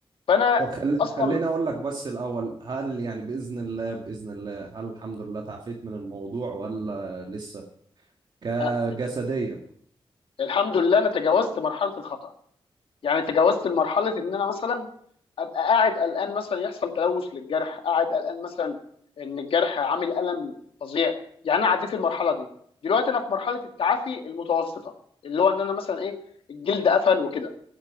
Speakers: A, on the left; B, on the right.
A: فانا
B: طب خل...
A: اصلا
B: خليني اقول لك بس الاول هل يعني باذن الله باذن الله هل الحمد لله تعافيت من الموضوع ولا لسه كجسديا
A: أ- الحمد لله انا تجاوزت مرحله الخطر يعني تجاوزت مرحله ان انا مثلا ابقى قاعد قلقان مثلا يحصل تلوث للجرح قاعد قلقان مثلا ان الجرح عامل الم فظيع يعني انا عديت المرحله دي دلوقتي انا في مرحله التعافي المتوسطه اللي هو ان انا مثلا ايه الجلد قفل وكده